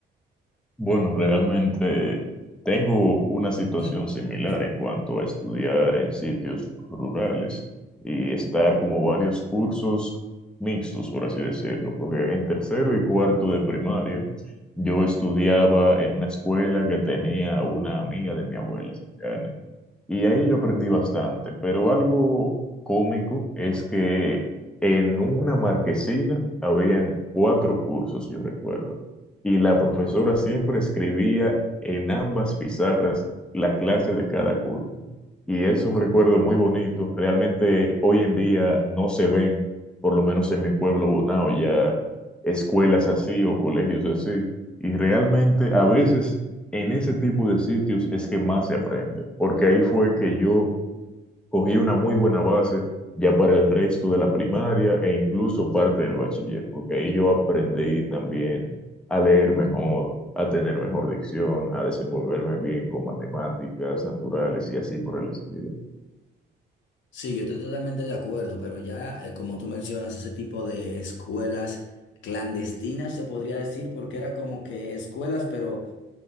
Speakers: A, in the centre; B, on the left.
A: Bueno, realmente tengo una situación
B: <clears throat>
A: similar en cuanto a estudiar en sitios rurales y estar como varios cursos mixtos, por así decirlo, porque en tercero y cuarto de primaria yo estudiaba en una escuela que tenía una amiga de mi abuela cercana. Y ahí yo aprendí bastante, pero algo cómico es que en una marquesina habían cuatro cursos, yo recuerdo, y la profesora siempre escribía en ambas pizarras la clase de cada curso. Y es un recuerdo muy bonito, realmente hoy en día no se ven, por lo menos en mi pueblo Bonao, ya escuelas así o colegios así. Y realmente a veces en ese tipo de sitios es que más se aprende, porque ahí fue que yo cogí una muy buena base ya para el resto de la primaria e incluso parte del bachiller, porque ahí yo aprendí también a leer mejor, a tener mejor dicción, a desenvolverme bien con matemáticas naturales y así por el estilo.
B: Sí, yo estoy totalmente de acuerdo, pero ya, eh, como tú mencionas, ese tipo de escuelas clandestinas se podría decir, porque era como que escuelas, pero